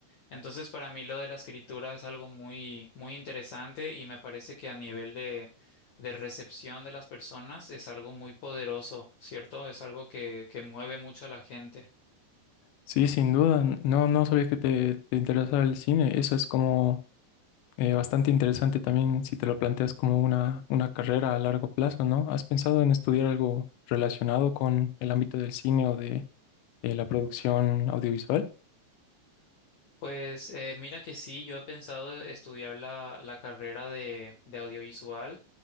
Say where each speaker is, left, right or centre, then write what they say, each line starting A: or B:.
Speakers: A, on the left (about 60°); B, on the left (about 85°).
A: Entonces, para mí lo de la escritura es algo muy, muy interesante y me parece que a nivel de, de recepción de las personas es algo muy poderoso, ¿cierto? Es algo que, que mueve mucho a la gente.
B: Sí, sin duda. No, no sabía que te, te interesaba el cine. Eso es como... Eh, bastante interesante también si te lo planteas como una, una carrera a largo plazo, ¿no? ¿Has pensado en estudiar algo relacionado con el ámbito del cine o de eh, la producción audiovisual?
A: Pues eh, mira que sí, yo he pensado estudiar la, la carrera de, de audiovisual